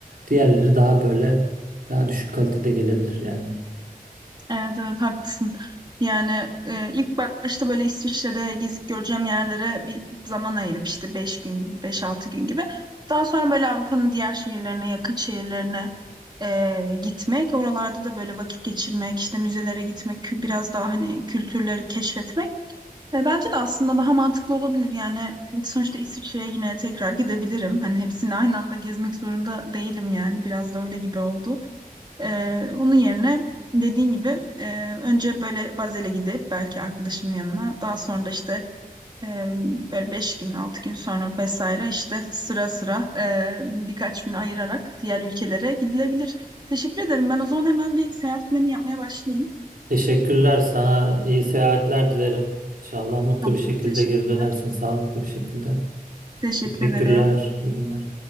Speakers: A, on the right; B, on the right.
A: diğerleri daha böyle daha düşük kalitede gelebilir yani.
B: Evet evet haklısın. Yani e, ilk başta böyle İsviçre'de gezip göreceğim yerlere bir zaman ayırıp işte 5 gün gibi beş altı gün gibi. Daha sonra böyle Avrupa'nın diğer şehirlerine yakın şehirlerine e, gitmek. Oralarda da böyle vakit geçirmek işte müzelere gitmek kü- biraz daha hani kültürleri keşfetmek. E, bence de aslında daha mantıklı olabilir. Yani sonuçta İsviçre'ye yine tekrar gidebilirim. Hani hepsini aynı anda gezmek zorunda değilim yani. Biraz da öyle gibi oldu. E, onun yerine dediğin gibi e, önce böyle Bazel'e gidip belki arkadaşımın yanına daha sonra da işte e, böyle beş gün altı gün sonra vesaire işte sıra sıra e, birkaç gün ayırarak diğer ülkelere gidilebilir. Teşekkür ederim. Ben o zaman hemen bir seyahat planı yapmaya başlayayım.
A: Teşekkürler sana. iyi seyahatler dilerim. İnşallah mutlu
B: Tamam,
A: bir şekilde
B: teşekkürler.
A: geri dönersin, sağlıklı bir şekilde.
B: Teşekkür
A: Teşekkürler.
B: ederim.
A: iyi günler.